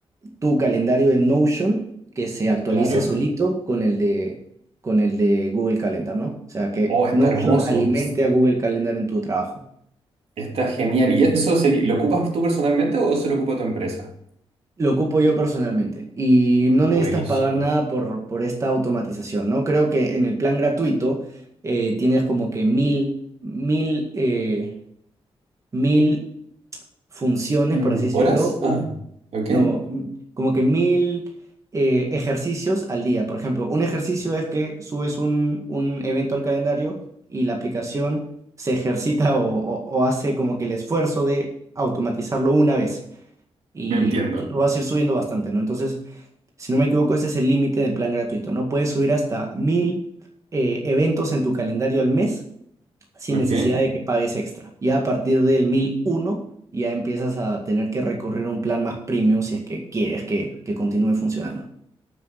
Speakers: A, on the right; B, on the right.
A: tu calendario en Notion que se actualice
B: Claro.
A: solito con el de, con el de Google Calendar, ¿no? O sea, que
B: Oh, está
A: Notion
B: hermoso.
A: alimente a Google Calendar en tu trabajo.
B: Está genial. ¿Y eso se- lo ocupas tú personalmente o se lo ocupa tu empresa?
A: Lo ocupo yo personalmente y no
B: Buenísimo.
A: necesitas pagar nada por, por esta automatización, ¿no? Creo que en el plan gratuito eh, tienes como que mil, mil, eh, mil funciones,
B: Mm,
A: por así decirlo,
B: ¿Horas?
A: o
B: Ah, ok.
A: no, como que mil eh, ejercicios al día. Por ejemplo, un ejercicio es que subes un, un evento al calendario y la aplicación se ejercita o, o- o hace como que el esfuerzo de automatizarlo una vez. Y
B: Entiendo.
A: tú tú vas a ir subiendo bastante, ¿no? Entonces, si no me equivoco, ese es el límite del plan gratuito, ¿no? Puedes subir hasta mil eh, eventos en tu calendario al mes sin
B: Ok.
A: necesidad de que pagues extra. Ya a partir del 1001 ya empiezas a tener que recorrer un plan más premium si es que quieres que, que continúe funcionando.